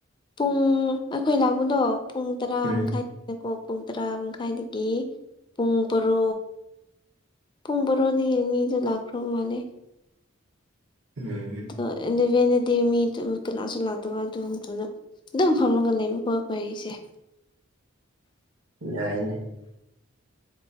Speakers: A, on the left; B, on the right.
A: ꯄꯨꯡ ꯑꯩꯈꯣꯏ ꯂꯥꯛꯄꯗꯣ ꯄꯨꯡ ꯇꯔꯥ
B: ꯎꯝ
A: ꯃꯈꯥꯏꯅꯀꯣ ꯄꯨꯡ ꯇꯔꯥ ꯃꯈꯥꯏꯗꯒꯤ ꯄꯨꯡ ꯕꯥꯔꯣ ꯄꯨꯡ ꯕꯥꯔꯣꯗꯒꯤ ꯃꯤꯗꯣ ꯂꯥꯛꯈ꯭ꯔꯕ ꯃꯥꯜꯂꯦ
B: ꯎꯝ
A: ꯑꯗꯣ ꯑꯦꯂꯚꯦꯟꯗꯗꯤ ꯃꯤ ꯗꯨ ꯀꯅꯥꯁꯨ ꯂꯥꯛꯇꯕ ꯑꯗꯨꯝꯗꯨꯅ ꯗꯨꯝ ꯐꯝꯃꯒ ꯂꯩꯕꯀꯣ ꯑꯩ ꯀꯣ ꯑꯩꯁꯦ꯫
B: ꯌꯥꯏꯅꯦ꯫